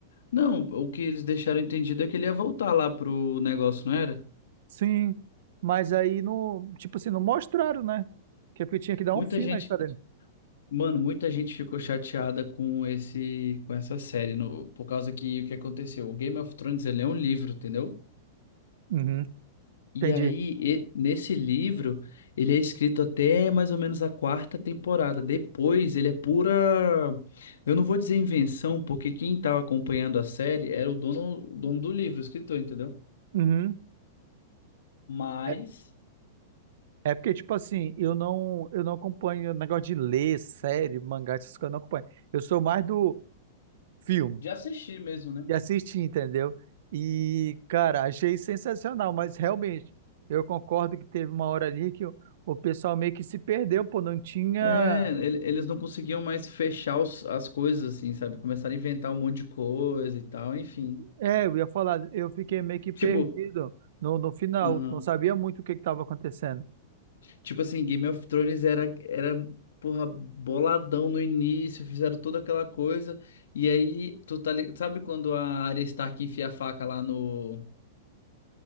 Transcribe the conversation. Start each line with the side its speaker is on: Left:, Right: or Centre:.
Left: Não, o que eles deixaram entendido é que ele ia voltar lá pro negócio, não era?
Right: Sim, mas aí não, tipo assim, não mostraram, né? Que é porque tinha que dar
Left: Muita
Right: um fim
Left: gente.
Right: na história dele.
Left: Mano, muita gente ficou chateada com esse, com essa série, no- por causa que o que aconteceu? O Game of Thrones, ele é um livro, entendeu?
Right: Uhum,
Left: E
Right: entendi.
Left: aí, e- nesse livro, ele é escrito até mais ou menos a quarta temporada. Depois, ele é pura. Eu não vou dizer invenção, porque quem estava acompanhando a série era o dono, o dono do livro, o escritor, entendeu?
Right: Uhum.
Left: Mas
Right: É, é porque, tipo assim, eu não, eu não acompanho negócio de ler, série, mangá, essas coisas, eu não acompanho. Eu sou mais do filme,
Left: de assistir mesmo, né?
Right: de assistir, entendeu? E, cara, achei sensacional, mas realmente, eu concordo que teve uma hora ali que o, o pessoal meio que se perdeu, pô, não tinha.
Left: É, ele- eles não conseguiam mais fechar os- as coisas, assim, sabe? Começaram a inventar um monte de coisa e tal, enfim.
Right: É, eu ia falar, eu fiquei meio que perdido
Left: Tipo,
Right: no, no final,
Left: aham.
Right: não sabia muito o que estava acontecendo.
Left: Tipo assim, Game of Thrones era, era, porra, boladão no início, fizeram toda aquela coisa. E aí, tu tá ligado? Sabe quando a Arya Stark enfia a faca lá no.